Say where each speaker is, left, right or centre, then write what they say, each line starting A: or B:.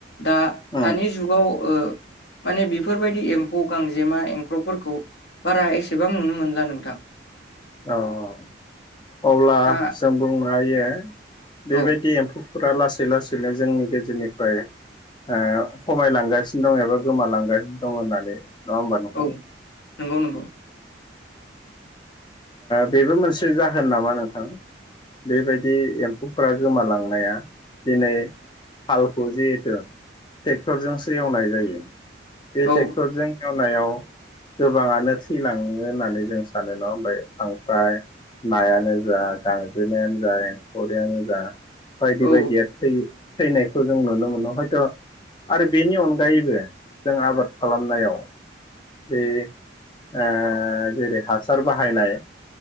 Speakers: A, on the left (about 60°); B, on the left (about 25°).
A: दा
B: उम
A: दानि जुगाव। ओ माने बेफोरबायदि एम्फौ गांजेमा एंख्रबफोरखौ बारा एसेबां नुनो मोनला नोंथां।
B: औ औ। अब्ला
A: दा
B: जों बुंनो हायो।
A: औ
B: बे बायदि एम्फौ फोर लासै लासैनो जोंनि गेजेरनिफ्राय ओ खमायलांगासिनो दं एबा गोमालांगासिनो दं होननानै नङा होमबा नोंथां?
A: औ नंगौ नंगौ।
B: बेबो मोनसे जाहोन नामा नोंथां। बे बायदि हुफ्रा गोमालांनाया दिनै हालखौ जिहेथु ट्रेक्टरजोंसो एवनाय जायो। बे
A: औ
B: ट्रेक्टरजों एव नायाव गोबाङानो थैलाङो सङो होननानै जों सानो ना ओमफ्राय नायानो जा गांजेमायानो जा एंखरियानो जा बायदि
A: औ
B: बायदिया थैयो। थैनायखौ जों नुनो मोनो हयथ' आरो बेनि अनगायैबो जों आबाद खालामनायाव बे ओ ओ जेरै हासार बाहायनाय